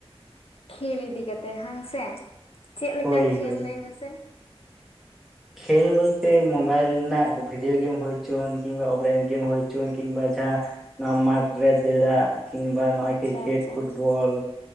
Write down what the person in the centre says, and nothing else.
ᱦᱳᱭ
ᱦᱳᱭ
ᱠᱷᱮᱞ ᱵᱚᱞᱛᱮ ᱢᱳᱵᱟᱭᱤᱞ ᱨᱮᱱᱟᱜ ᱵᱷᱤᱰᱭᱳ ᱜᱮᱢ ᱦᱳᱭᱪᱚᱱ ᱠᱤᱝᱵᱟ ᱚᱯᱷᱞᱟᱭᱤᱱ ᱜᱮᱢ ᱦᱳᱪᱚᱱ ᱠᱤᱝᱵᱟ ᱡᱟᱦᱟᱸ ᱢᱟᱴᱷ ᱨᱮ ᱫᱟᱹᱲᱟᱜ? ᱠᱤᱢᱵᱟ ᱱᱚᱜᱼᱚᱭ
ᱠᱨᱤᱠᱮᱴ
ᱯᱷᱩᱴᱵᱚᱞ?